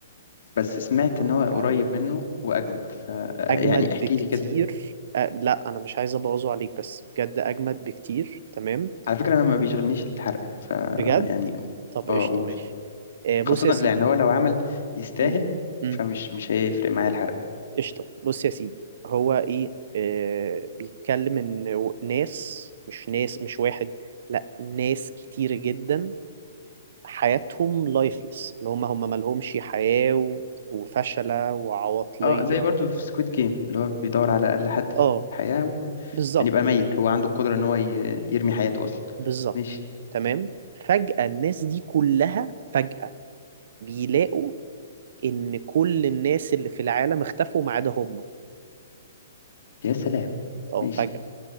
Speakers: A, on the left (about 70°); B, on the right (about 60°).
A: بس سمعت
B: اتفرج
A: ان هو قريب
B: عليه
A: منه واجمد ف آه،
B: اجمد
A: يعني احكي
B: بكتير
A: لي كده
B: أه لا انا مش عايز ابوظه عليك بس بجد اجمد بكتير تمام
A: على فكره انا ما بيشغلنيش الحرق ف
B: بجد
A: يعني
B: طب
A: اه
B: قشطه
A: قول
B: ماشي أه بص
A: خاصه
B: يا سيدي
A: لان هو لو عمل يستاهل
B: امم امم
A: فمش مش هيفرق معايا الحرق
B: قشطه بص يا سيدي هو ايه أه بيتكلم ان و- ناس مش ناس مش واحد لا ناس كتير جدا حياتهم لايفلس اللي هم هم مالهمش حياه و- وفشله وعواطليه
A: اه زي برضو في سكويد جيم اللي هو بيدور على اقل حد في
B: اه
A: الحياه يعني
B: بالظبط
A: يبقى ميت هو عنده القدرة ان هو ي- يرمي حياته اصلا
B: بالظبط
A: ماشي
B: تمام فجأة الناس دي كلها فجأة بيلاقوا إن كل الناس اللي في العالم اختفوا ما عدا هم
A: يا سلام
B: اه
A: ماشي
B: فجأة